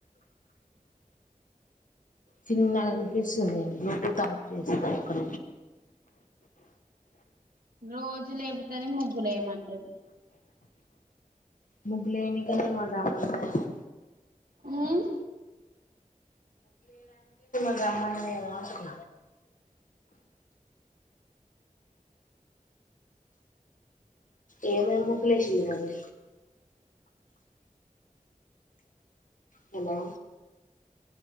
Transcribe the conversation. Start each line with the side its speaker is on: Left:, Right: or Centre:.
Left: చిన్న అనిపిస్తుంది బ్లూటూత్ ఆఫ్ చేస్తా అక్కడ
Right: రోజు లేబతేనే ముగ్ గులయమంటది
Left: ముగ్లేన్ని కదే <unintelligible>
Right: హ్మ్
Left: <unintelligible> ఏదో అంటది ఏమేమి ముగ్గులేశింళ్ళు మరి హలో